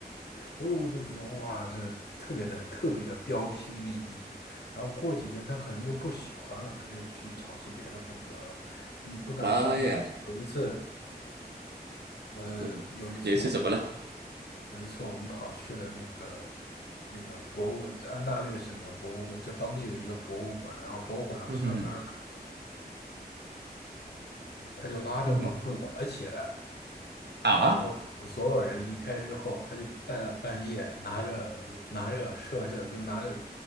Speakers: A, on the left; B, on the right.
A: 所以我就觉得哇，这特别的特别的标新立异。然后过几天他可能又不喜欢了，他就去尝试别的风格了。你不敢相信，
B: 妈呀，
A: 有一次，呃，
B: 嗯，
A: 有一次我们跑，
B: 有一次怎么了？
A: 有一次我们跑去了那个那个博物，安大略省的博物馆，就当地的一个博物馆。然后博物馆要下班了，
B: <laughs> 嗯哼哼，
A: 他就拉着我躲了起来。
B: 嗯哼，啊，
A: 然后所有人离开之后，他就大半夜拿着拿着摄像，就拿着